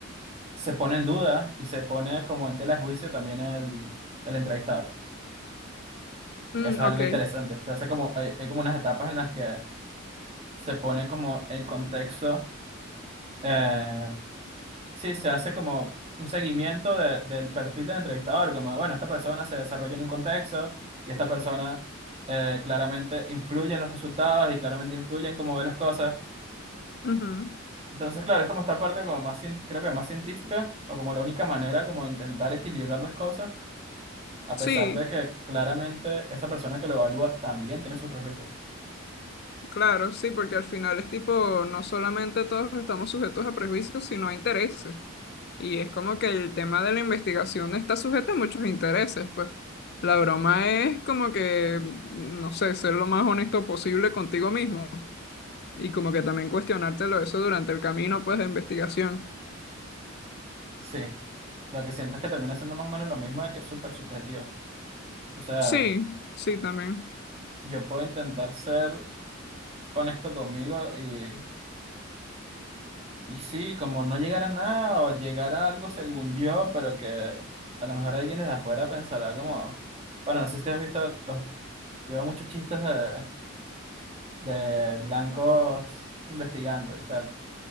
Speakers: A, on the right; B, on the left.
A: se pone en duda y se pone como en tela de juicio también el, el entrevistador,
B: mm,
A: que eso es
B: ok,
A: algo interesante. Se hace como, hay hay como unas etapas en las que se pone como el contexto, eh, sí, se hace como un seguimiento de- del perfil del entrevistador, como, bueno, esta persona se desarrolla en un contexto y esta persona eh, claramente influye en los resultados y claramente influye en cómo ve las cosas.
B: ujú.
A: Entonces, claro, es como esta parte como más, cien- creo que más científica o como la única manera como de intentar equilibrar las cosas, a
B: Sí,
A: pesar de que claramente esa persona que lo evalúa también tiene sus prejuicios.
B: claro, sí, porque al final es tipo, no solamente todos estamos sujetos a prejuicios, sino a intereses. Y es como que el tema de la investigación está sujeto a muchos intereses, pues. La broma es como que, no sé, ser lo más honesto posible contigo mismo. Y como que también cuestionártelo eso durante el camino, pues, de investigación.
A: Sí, lo que siento es que termina siendo más o menos lo mismo de que es súper subjetivo. O sea,
B: Sí, sí, también.
A: Yo puedo intentar ser honesto conmigo y, y sí, como no llegar a nada o llegar a algo según yo, pero que a lo mejor alguien desde afuera pensará como, bueno, no sé si te has visto, los, lleva muchos chistes de, de blancos investigando y tal.